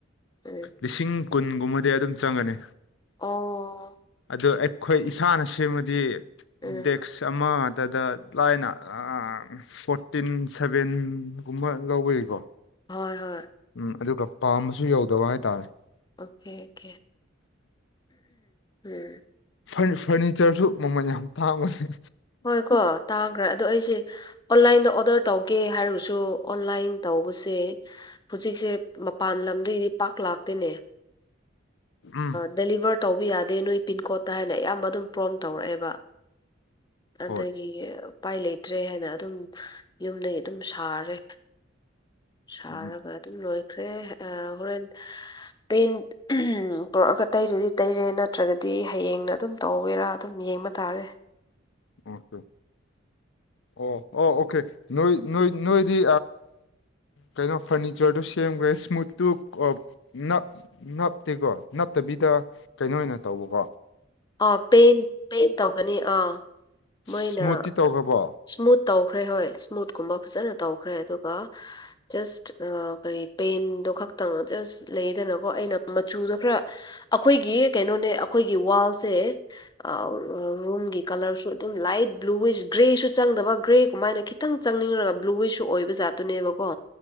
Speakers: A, on the left (about 20°); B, on the left (about 65°).
A: ꯎꯝ
B: ꯂꯤꯁꯤꯡ ꯀꯨꯟꯒꯨꯝꯕꯗꯤ ꯑꯗꯨꯝ ꯆꯪꯒꯅꯤ
A: ꯑꯣ
B: ꯑꯗꯣ ꯑꯩꯈꯣꯏ ꯏꯁꯥꯅ ꯁꯦꯝꯃꯗꯤ
A: ꯎꯝ
B: ꯗꯦꯛꯁ ꯑꯃ ꯇꯗ ꯂꯥꯏꯅ ꯐꯣꯔꯇꯤꯟ ꯁꯚꯦꯟꯒꯨꯝꯕ ꯂꯧꯕꯏꯀꯣ
A: ꯍꯣꯏ ꯍꯣꯏ
B: ꯎꯝ ꯑꯗꯨꯒ ꯄꯥꯝꯕꯁꯨ ꯌꯧꯗꯕ ꯍꯥꯏꯇꯥꯔꯦ
A: ꯑꯣꯀꯦ ꯑꯣꯀꯦ ꯎꯝ
B: ꯐꯔ ꯐꯔꯅꯤꯆꯔꯁꯨ ꯃꯃꯜ ꯌꯥꯝ ꯇꯥꯡꯕꯅꯤ
A: ꯍꯣꯏ ꯀꯣ ꯇꯥꯈ꯭ꯔ ꯑꯗꯣ ꯑꯩꯁꯦ ꯑꯣꯟꯂꯥꯏꯟꯗ ꯑꯣꯗꯔ ꯇꯧꯒꯦ ꯍꯥꯏꯔꯁꯨ ꯑꯣꯟꯂꯥꯏꯟ ꯇꯧꯕꯁꯦ ꯍꯧꯖꯤꯛꯁꯦ ꯃꯄꯥꯟ ꯂꯝꯗꯒꯤꯗꯤ ꯄꯥꯛ ꯂꯥꯛꯇꯦꯅꯦ
B: ꯎꯝ
A: ꯗꯦꯂꯤꯚꯔ ꯇꯧꯕ ꯌꯥꯗꯦ ꯅꯣꯏ ꯄꯤꯟꯀꯣꯗꯠꯇ ꯍꯥꯏꯅ ꯑꯌꯥꯝꯕ ꯑꯗꯨꯝ ꯄ꯭ꯔꯣꯝ ꯇꯧꯔꯛꯑꯦꯕ ꯑꯗꯒꯤ
B: ꯍꯣꯏ
A: ꯎꯄꯥꯏ ꯂꯩꯇ꯭ꯔꯦ ꯍꯥꯏꯅ ꯑꯗꯨꯝ ꯌꯨꯝꯗꯒꯤ ꯑꯗꯨꯝ ꯁꯥꯔꯦ ꯁꯔꯒ
B: ꯎꯝ
A: ꯑꯗꯨꯝ ꯂꯣꯏꯈ꯭ꯔꯦ ꯑ ꯍꯣꯔꯦꯟ ꯄꯦꯟ ꯄꯔꯛꯑꯒ ꯇꯩꯔꯗꯤ ꯇꯩꯔꯦ ꯅꯠꯇ꯭ꯔꯒꯗꯤ ꯗꯤ ꯍꯌꯦꯡꯅ ꯑꯗꯨꯝ ꯇꯧꯋꯦꯔꯥ ꯑꯗꯨꯝ ꯌꯦꯡꯕ ꯇꯥꯔꯦ
B: ꯑꯣꯀꯦ ꯑꯣ ꯑꯣ ꯑꯣꯀꯦ ꯅꯣꯏ ꯅꯣꯏ ꯅꯣꯏꯗꯤ ꯀꯩꯅꯣ ꯐꯔꯅꯤꯆꯔꯗꯣ ꯁꯦꯝꯈ꯭ꯔꯦ ꯏꯁꯃꯨꯠꯇꯨ ꯅꯞ ꯅꯞꯇꯦꯀꯣ ꯅꯞꯇꯕꯤꯗ ꯀꯩꯅꯣ ꯑꯣꯏꯅ ꯇꯧꯕꯀꯣ
A: ꯑꯣ ꯄꯦꯟ ꯄꯦꯟ ꯇꯧ ꯅꯤ ꯑꯥ ꯃꯣꯏꯅ
B: ꯁ꯭ꯃꯨꯠꯇꯤ ꯇꯧꯈ꯭ꯔꯕꯣ
A: ꯁ꯭ꯃꯨꯠ ꯇꯧꯈ꯭ꯔꯦ ꯍꯣꯏ ꯁꯃꯨꯠ <unintelligible> ꯐꯖꯅ ꯇꯧꯈ꯭ꯔꯦ ꯑꯗꯨꯒ ꯖꯁ ꯀꯔꯤ ꯄꯦꯟꯗꯣ ꯈꯛꯇꯪ ꯖꯁ ꯂꯩꯗꯅꯀꯣ ꯑꯩꯅ ꯃꯆꯨꯗꯣ ꯈꯔ ꯑꯩꯈꯣꯏꯒꯤ ꯀꯩꯅꯣꯅꯦ ꯑꯩꯈꯣꯏꯒꯤ ꯋꯥꯜꯁꯦ ꯑ ꯔꯨꯝꯒꯤ ꯀꯂꯔꯁꯨ ꯑꯗꯨꯝ ꯂꯥꯏꯠ ꯕ꯭ꯂꯨꯋꯤꯁ ꯒ꯭ꯔꯦꯁꯨ ꯆꯪꯗꯕ ꯒ꯭ꯔꯦ ꯀꯃꯥꯏꯅꯈꯤ ꯈꯤꯇꯪ ꯆꯪꯅꯤꯡꯔꯒ ꯕ꯭ꯂꯨꯋꯤꯁꯨ ꯑꯣꯏꯕ ꯖꯥꯠꯇꯨꯅꯦꯕꯀꯣ